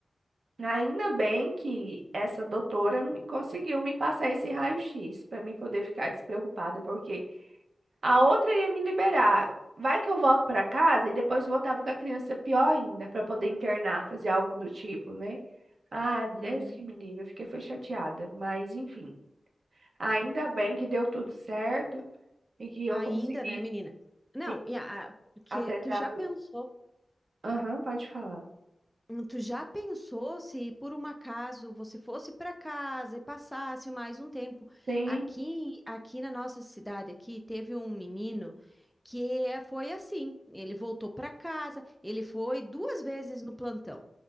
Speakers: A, on the right (about 70°); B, in the centre.
A: Ainda bem que essa doutora me- conseguiu me passar esse raio-x para mim poder ficar despreocupada, porque A outra ia me liberar. Vai que eu volto pra casa e depois voltava com a criança pior ainda, pra poder internar, fazer algo do tipo, né? Ah, Deus
B: Uhum.
A: que me livre, eu fiquei foi chateada, mas enfim. Ainda bem que deu tudo certo e que eu
B: Ainda,
A: consegui,
B: né, menina? Não,
A: sim,
B: e a- a- porque
A: apesar
B: tu já
A: do.
B: pensou,
A: Aham, pode falar.
B: hum, tu já pensou se por um acaso você fosse para casa e passasse mais um tempo
A: Sim.
B: aqui, aqui na nossa cidade aqui teve um menino que é- foi assim, ele voltou para casa, ele foi duas vezes no plantão.